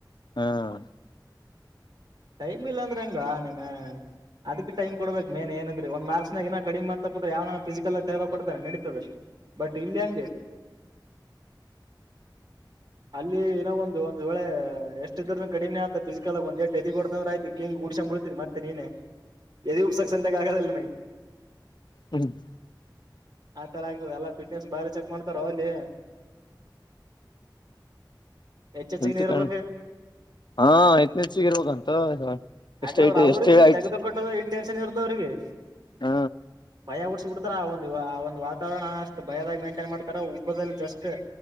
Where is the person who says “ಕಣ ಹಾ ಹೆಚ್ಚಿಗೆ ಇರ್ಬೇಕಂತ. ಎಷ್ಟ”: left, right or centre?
Left